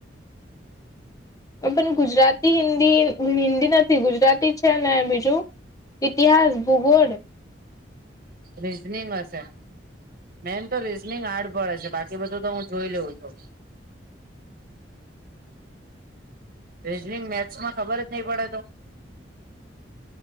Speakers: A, on the left (about 20°); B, on the right (about 50°).
A: અરે પણ ગુજરાતી, હિન્દી, હિન્દી નથી ગુજરાતી છે ને બીજું? ઇતિહાસ, ભૂગોળ?
B: રીઝનીંગ હશે. મેન તો રીઝનિંગ હાર્ડ પડે છે. બાકી બધું તો હું જોઈ લેઉં છું. રીઝનિંગ, મેથસમાં ખબર જ નહીં પડે તો?